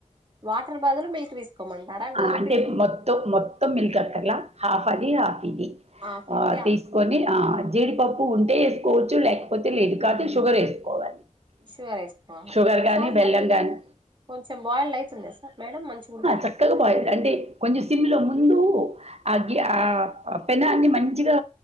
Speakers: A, on the right (about 40°); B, on the right (about 55°).
A: వాటర్ బదులు మిల్క్ తీసుకోమంటారా గోధుమ
B: ఆ అంటే
A: పిండిలో
B: మొత్తం మొత్తం మిల్క్ అక్కర్లా హాఫ్ అది హాఫ్ ఇది
A: హాఫ్
B: ఆ
A: ఇది హాఫ్
B: తీ కొని అ జీడిపప్పు ఉంటే వేసుకోవచ్చు లేకపోతే లేదు కాబట్టి షుగర్ వేసుకోవాలి
A: షూగర్ వేసుకోవాలి
B: షుగర్ కానీ
A: సో
B: బెల్లం
A: మరి
B: కానీ
A: కొంచెం బాయిల్డ్ అయితుంద సర్ మేడం మంచిగు
B: చక్కగా బాయిల్డ్ అంటే కొంచెం సిమ్లో ముందు అగ్గి ఆ పెనాన్ని మంచిగా